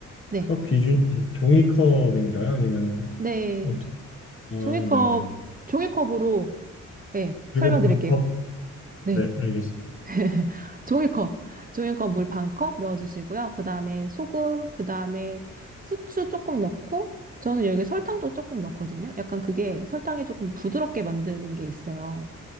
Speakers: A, on the right; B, on the left.
A: 네.
B: 컵 기준이 종이컵인가요? 아니면은
A: 네.
B: 어떻게? 아,
A: 종이컵,
B: 네네.
A: 종이컵으로, 네.
B: 그리고
A: 설명드릴게요.
B: 반컵.
A: 네.
B: 네, 알겠습니다.
A: <laughs> 종이컵, 종이컵 물 반컵 넣어주시고요. 그 다음에 소금, 그 다음에 후추 조금 넣고, 저는 여기 설탕도 조금 넣거든요. 약간 그게 설탕이 조금 부드럽게 만드는 게 있어요.